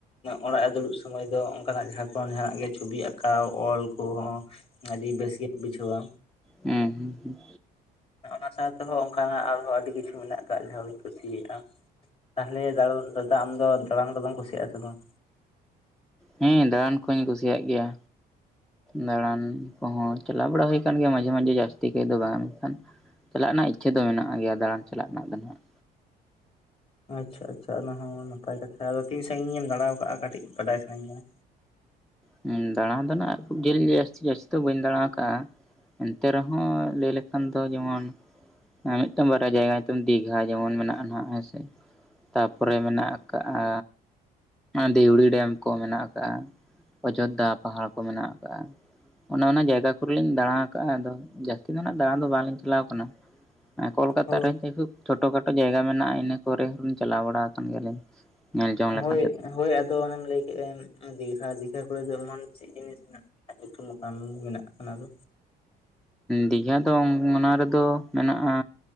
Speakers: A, on the left; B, in the centre.
A: ᱚᱲᱟᱜ ᱨᱮ ᱫᱩᱲᱩᱵ ᱥᱚᱢᱚᱭ ᱫᱚ ᱚᱝᱠᱟᱱᱟᱜ ᱡᱟᱦᱟᱸ ᱠᱚ ᱡᱟᱸᱦᱟᱱᱟᱜ ᱜᱮ ᱪᱷᱚᱵᱤ ᱟᱸᱠᱟᱣ ᱚᱞ ᱠᱚᱦᱚᱸ᱾ ᱟᱹᱰᱤ ᱵᱮᱥ ᱜᱮᱧ ᱵᱩᱡᱷᱟᱹᱣᱟ᱾
B: ᱩᱸ, ᱦᱩᱸ ᱦᱩᱸ᱾
A: ᱚᱱᱟ ᱥᱟᱶᱛᱮᱦᱚᱸ ᱚᱝᱠᱟᱱᱟᱜ ᱟᱨᱦᱚᱸ ᱟᱹᱰᱤ ᱠᱤᱪᱷᱩ ᱢᱮᱱᱟᱜ ᱠᱟᱜ ᱡᱟᱦᱟᱸ ᱫᱚᱧ ᱠᱩᱥᱤᱭᱟᱜ-ᱟ᱾ ᱛᱟᱦᱞᱮ ᱫᱟᱬᱚ ᱫᱟᱫᱟ ᱟᱢ ᱫᱚ ᱫᱟᱬᱟᱱ ᱠᱚᱫᱚᱢ ᱠᱩᱥᱤᱭᱟᱜ-ᱟ ᱥᱮ ᱵᱟᱝ?
B: ᱦᱩᱸ, ᱫᱟᱬᱟᱱ ᱠᱚ ᱦᱚᱧ ᱠᱩᱥᱤᱭᱟᱜ ᱜᱮᱭᱟ᱾ ᱫᱟᱬᱟᱱ ᱠᱚᱦᱚᱸ ᱪᱟᱞᱟᱣ ᱵᱟᱲᱟ ᱦᱩᱭ ᱠᱟᱱ ᱜᱮᱭᱟ ᱢᱟᱡᱷᱮ ᱢᱟᱡᱷᱮ ᱡᱟᱹᱥᱛᱤ ᱠᱟᱭ ᱫᱚ ᱵᱟᱝ ᱢᱮᱱᱠᱷᱟᱱ᱾ ᱪᱟᱞᱟᱜ ᱨᱮᱱᱟᱜ ᱤᱪᱪᱷᱟᱹ ᱫᱚ ᱢᱮᱱᱟᱜ ᱜᱮᱭᱟ ᱫᱟᱬᱟᱱ ᱪᱟᱞᱟᱜ ᱨᱮᱱᱟᱜ ᱫᱚ ᱱᱟᱦᱟᱜ᱾
A: ᱟᱪᱪᱷᱟ ᱟᱪᱪᱷᱟ ᱚᱱᱟᱦᱚᱸ ᱱᱟᱯᱟᱭ ᱠᱟᱛᱷᱟ ᱟᱫᱚ ᱛᱤᱧ ᱥᱟᱺᱜᱤᱧᱮᱢ ᱫᱟᱟᱲᱟᱣ ᱠᱟᱜ-ᱟ ᱠᱟᱹᱴᱤᱡ ᱵᱟᱰᱟᱭ ᱥᱟᱱᱟᱹᱧ ᱠᱟᱱᱟ᱾
B: ᱦᱩᱸ, ᱫᱟᱬᱟ ᱫᱚ ᱱᱟᱦᱟᱜ ᱠᱷᱩᱵ ᱡᱷᱟᱹᱞ ᱡᱟᱹᱥᱛᱤ, ᱡᱟᱹᱥᱛᱤ ᱫᱚ ᱵᱟᱹᱧ ᱫᱟᱸᱬᱟ ᱠᱟᱜᱼᱟ᱾ ᱮᱱᱛᱮ ᱨᱮᱦᱚᱸ ᱞᱟᱹᱭ ᱞᱮᱠᱷᱟᱱ ᱫᱚ ᱡᱮᱢᱚᱱ ᱮᱸ ᱢᱤᱫᱴᱟᱝ ᱵᱟᱨᱭᱟ ᱡᱟᱭᱜᱟ ᱧᱩᱛᱩᱢ ᱫᱤᱜᱷᱟ ᱡᱮᱢᱚᱱ ᱢᱮᱱᱟᱜ-ᱟ ᱱᱟᱜ ᱦᱮᱸ ᱥᱮ᱾ ᱛᱟᱯᱚᱨᱮ ᱢᱮᱱᱟᱜ ᱟᱠᱟᱜ-ᱟ ᱫᱤᱣᱲᱤ ᱰᱮᱢ ᱠᱚ ᱢᱮᱱᱟᱜ ᱟᱠᱟᱜ-ᱟ, ᱚᱡᱳᱫᱽᱫᱷᱟ ᱯᱟᱦᱟᱲ ᱠᱚ ᱢᱮᱱᱟᱜ ᱟᱠᱟᱜ-ᱟ᱾ ᱚᱱᱮ ᱚᱱᱟ ᱡᱟᱭᱜᱟ ᱠᱚᱨᱮᱞᱤᱧ ᱫᱟᱬᱟ ᱟᱠᱟᱫᱼᱟ ᱟᱫᱚ ᱡᱟᱹᱥᱛᱤ ᱫᱚ ᱦᱟᱜ ᱫᱟᱬᱟ ᱫᱚ ᱵᱟᱝᱞᱤᱧ ᱪᱟᱞᱟᱣ ᱠᱟᱱᱟ᱾ ᱦᱮᱸ, ᱠᱳᱞᱠᱟᱛᱟ
A: ᱦᱳᱭ
B: ᱨᱮ ᱡᱟᱭᱦᱳᱠ, ᱪᱷᱳᱴᱳ ᱠᱷᱟᱴᱳ ᱡᱟᱭᱜᱟ ᱢᱮᱱᱟᱜ-ᱟ ᱤᱱᱟᱹ ᱠᱚᱨᱮ ᱦᱚᱞᱤᱧ ᱪᱟᱞᱟᱣ ᱵᱟᱲᱟ ᱟᱠᱟᱱ ᱜᱮᱭᱟ ᱟᱞᱤᱧ᱾ ᱧᱮᱞ ᱡᱚᱝ ᱞᱮᱠ
A: ᱦᱳᱭ ᱦᱳᱭ ᱟᱫᱚ ᱚᱱᱮᱢ ᱞᱟᱹᱭ ᱠᱮᱜ-ᱮᱢ᱾ ᱫᱤᱜᱷᱟ ᱫᱤᱜᱷᱟ ᱠᱚᱨᱮ ᱡᱮᱢᱚᱱ ᱪᱮᱫ ᱡᱤᱱᱤᱥ ᱢᱮᱱᱟᱜ ᱧᱩᱛᱩᱢ ᱠᱟᱱ ᱢᱮᱱᱟᱜ ᱚᱱᱟᱫᱚ?
B: ᱫᱤᱜᱷᱟ ᱫᱚ ᱚᱱᱟ ᱨᱮᱫᱚ ᱢᱮᱱᱟᱜ-ᱟ